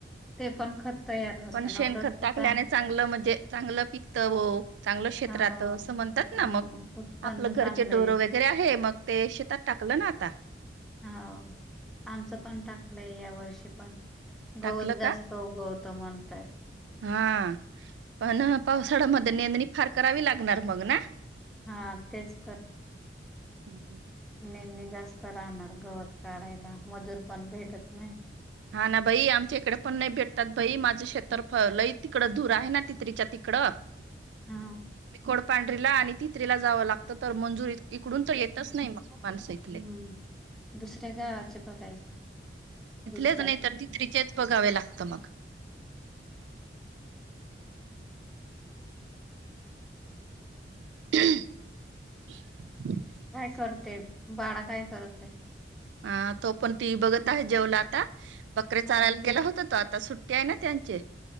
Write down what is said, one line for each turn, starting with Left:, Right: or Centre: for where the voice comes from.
Centre: ते पण खत तयार होतं
Right: पण शेणखत
Centre: <unintelligible>
Right: टाकल्याने चांगलं म्हणजे चांगलं पिकतं ओ चांगलं शेत
Centre: हो
Right: राहतं असं म्हणतात
Centre: हा,
Right: ना मग.
Centre: उत्पन्न
Right: आपलं घरचे
Centre: चांगलं
Right: ढोर
Centre: येत
Right: वगैरे आहे मग ते शेतात टाकलं ना ता
Centre: हा आमचं पण टाक लय या वर्षी पण गवत
Right: टाकलं
Centre: जास्त
Right: का
Centre: उगवत म्हणताहेत.
Right: हा पण पावसाळ्यामध्ये नेंदणी फार करावी लागणार मग ना?
Centre: हा तेच तर.
Right: <inaudible>
Centre: नेंदणी जास्त राहणार गवत काढायला, मजूर पण भेटत नाही.
Right: हा ना बाई आमच्या इकडे पण नाही भेटत बाई माझं शेतावर लई तिकडं धूर आहे ना तितरीच्या तिकडं
Centre: हा
Right: <unintelligible> पांढरीला आणि तितरीला जावं लागतं तर मंजुरीत इकडून तर येतच
Centre: हम्म
Right: नाही मग माणस इथले
Centre: दुसऱ्या गावाच बघायच <unintelligible>
Right: <unintelligible> तितारीचेच बघावे लागत मग <unintelligible>
Centre: काय करते बाळं काय करते?
Right: अह तो पण टी व्हि बघत आहे जेवला आता बकरे
Centre: हा
Right: चारायला गेला होता तो आता ता सुट्टी आहे ना त्यांचे